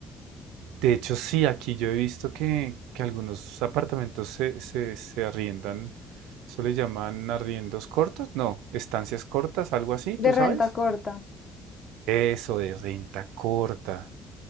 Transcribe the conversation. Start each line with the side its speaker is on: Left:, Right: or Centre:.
Right: De hecho, sí, aquí yo he visto que, que algunos apartamentos se, se, se arriendan. Eso le llaman arriendos cortos, no, estancias cortas, algo así, ¿tú
Left: de renta
Right: sabes?
Left: corta?
Right: Eso de renta corta.